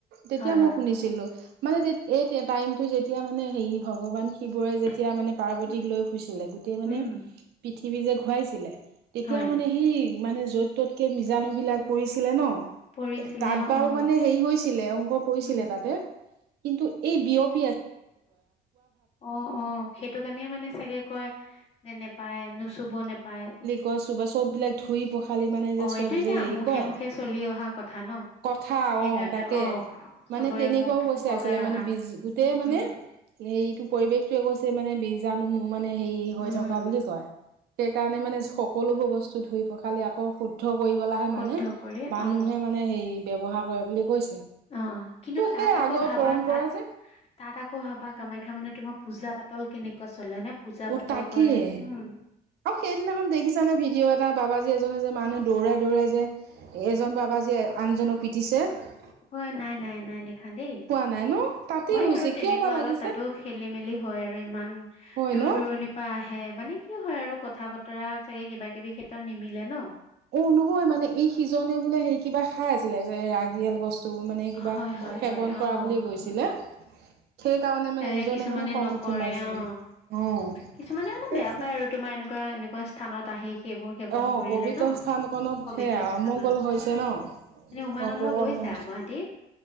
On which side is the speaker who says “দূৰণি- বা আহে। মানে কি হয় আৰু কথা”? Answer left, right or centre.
Left